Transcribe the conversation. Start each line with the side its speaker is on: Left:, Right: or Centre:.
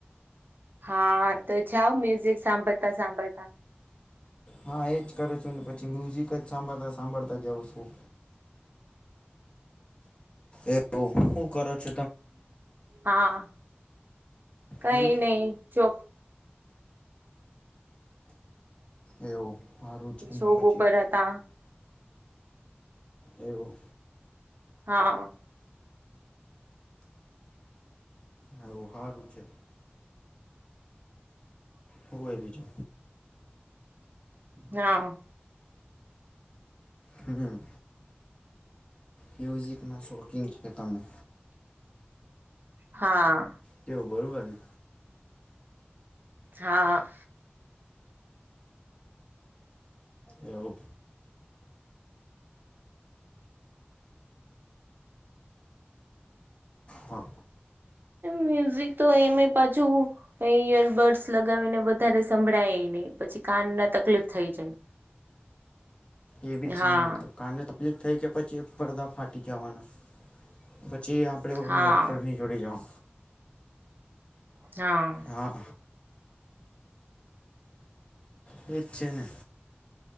Right: હા તો જાવ મ્યુઝિક સાંભળતા સાંભળતા
Left: હા એજ કરો છુ ને પછી મ્યુઝિક જ સાંભળતા સાંભળતા જાઉ છું એવ શું કરો છ.
Right: હા. કઈ
Left: હમ
Right: નહી જો.
Left: એવું. સારું છે
Right: શોબ
Left: ને પછી
Right: ઉપર હતા.
Left: એવું
Right: હા.
Left: હવુ હારું છે. હોવે બી જો
Right: હા
Left: હમ. મ્યુઝિકના શોકીન છે, તમે
Right: હા.
Left: કેવું બરોબર.
Right: હા.
Left: એવ. હા.
Right: મ્યુઝિક તો એમ પાછુ. એ ઈયરબર્ડ્સ લગાવીને વધારે સંભળાય એને પછી કાન ના તકલીફ થઈ જાય.
Left: એ બી છેય
Right: હા
Left: કારણ તો. ક્લક થઈ કે પછી એ પડદા ફાટી જવાના પછી આપણે
Right: હા
Left: એ ડૉક્ટરની. જુડીે જૉ.
Right: હા.
Left: હા. વ્ છેેને.